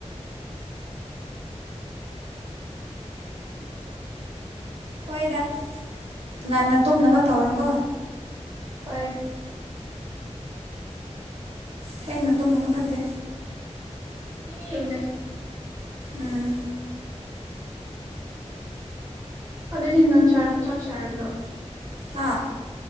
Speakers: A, on the right; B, on the right.
A: ꯍꯣꯏꯗ ꯉꯟꯅ ꯇꯨꯝꯅꯕ ꯇꯧꯔꯣꯀꯣ
B: ꯍꯣꯏ
A: ꯊꯦꯡꯅ ꯇꯨꯝꯒꯅꯨ ꯐꯠꯇꯦ
B: <unintelligible> ꯇꯨꯝꯃꯦ
A: ꯎꯝ
B: ꯑꯗꯨꯗꯤ ꯅꯪ ꯆꯥ ꯆꯥꯛ ꯆꯥꯔꯕ꯭ꯔꯣ
A: ꯍꯥꯥ